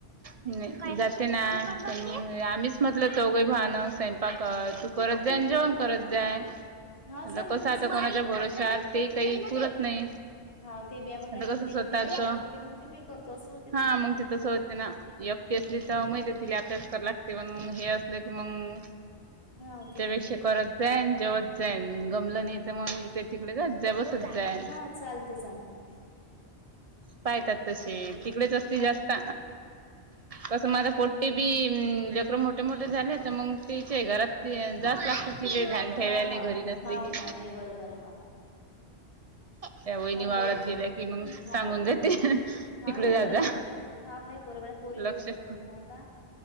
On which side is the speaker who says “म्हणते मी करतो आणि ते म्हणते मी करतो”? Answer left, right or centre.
Left